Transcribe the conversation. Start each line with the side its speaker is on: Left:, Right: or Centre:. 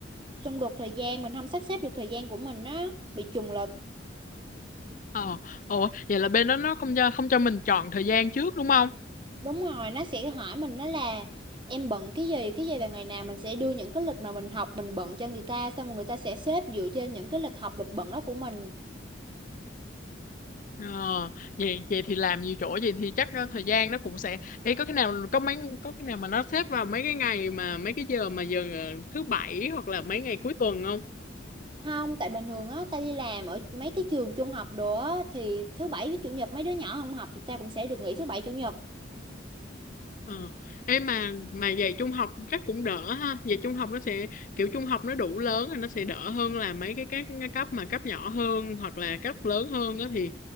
Right: xung đột thời gian, mình không sắp xếp được thời gian của mình á, bị trùng lịch.
Left: Ờ, ồ, vậy là bên đó nó không cho, không cho mình chọn thời gian trước đúng không?
Right: Đúng rồi, nó sẽ hỏi mình nó là em bận cái gì, cái gì vào ngày nào mình sẽ đưa những cái lịch mà mình học mình bận cho người ta, xong rồi người ta sẽ xếp dựa trên những cái lịch học lịch bận đó của mình.
Left: Ờ, vậy vậy thì làm nhiều chỗ vậy thì chắc ờ, thời gian nó cũng sẽ Ê, có cái nào có mấy có cái nào mà nó xếp vào mấy cái ngày mà mấy cái giờ mà giờ ờ, thứ bảy hoặc là mấy ngày cuối tuần không?
Right: Không, tại bình thường á, ta đi làm ở mấy cái trường trung học đồ á, thì thứ bảy với chủ nhật mấy đứa nhỏ không học thì ta cũng sẽ được nghỉ thứ bảy chủ nhật.
Left: Ờ. Ê mà mà dạy trung học chắc cũng đỡ ha. Dạy trung học nó sẽ kiểu trung học nó đủ lớn thì nó sẽ đỡ hơn là mấy cái các cái cấp mà cấp nhỏ hơn hoặc là cấp lớn hơn á thì